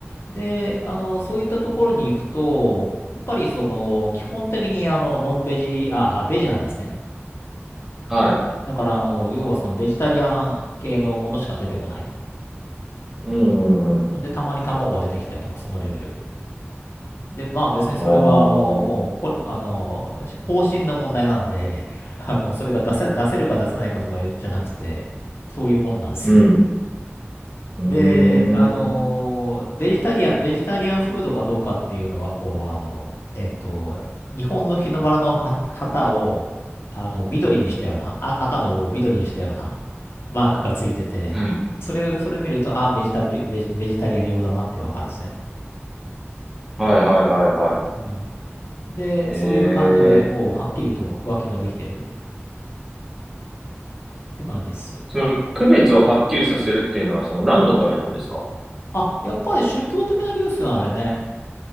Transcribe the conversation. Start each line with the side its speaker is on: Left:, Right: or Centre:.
Left: で、あの、そういったところに行くと、やっぱりその、基本的にあの、ノンベジ、あ、あベジなんですね。
Centre: はい。
Left: だからあの、要はそのベジタリアン系のものしか出てこない。
Centre: うん、うん、うん。
Left: んで、たまに卵が出てきたりとか、そのレベル。で、まあ別にそれはあの、
Centre: あー
Left: もうポリ、あの、方針の問題なんで、あの、それが出せ、出せるか出せないかとかじゃなくて、そういうもんなんです。
Centre: うん。うー
Left: で、あのベジタリアン、
Centre: ん。
Left: ベジタリアンフードかどうかっていうのは、こう、あの、えっと、日本の日の丸の旗旗を、あの、緑にしたような、あ、赤の部分を緑にしたようなマークがついてて、
Centre: はい。
Left: それ、それ見ると、あ、ベジタブリ、ベジ、ベジタリアン用だなってわかるんですね。
Centre: はい、はい、はい、は
Left: うん。で、
Centre: い。
Left: そういう感じでもうはっきりと区分けができてるっ
Centre: ええ。
Left: て感じです。
Centre: その区別をはっきりさせるっていうのは、その何のためなんですか
Left: あ、やっぱり宗教的な理由っすよね、あれね。